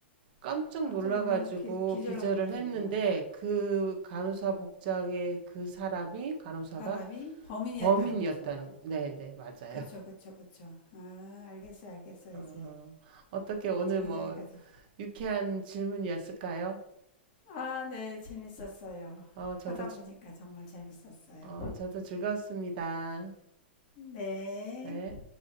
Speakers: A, on the right; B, on the left.
A: 깜짝
B: 깜짝
A: 놀라가지고
B: 놀라서 기, 기절한
A: 기절을
B: 거잖아요.
A: 했는데 그 간호사 복장의 그 사람이 간호사가
B: 사람이 범인이었다는
A: 범인이었다는
B: 거죠.
A: 네네 맞아요.
B: 그쵸, 그쵸, 그쵸. 아, 알겠어요, 알겠어요, 이제.
A: 어, 어떻게 오늘
B: 정리하니까
A: 뭐
B: 더.
A: 유쾌한 질문이었을까요?
B: 아, 네, 재밌었어요.
A: 어 저도
B: 하다
A: 즐-
B: 보니까 정말 재밌었어요.
A: 어 저도 즐거웠습니다.
B: 네.
A: 네.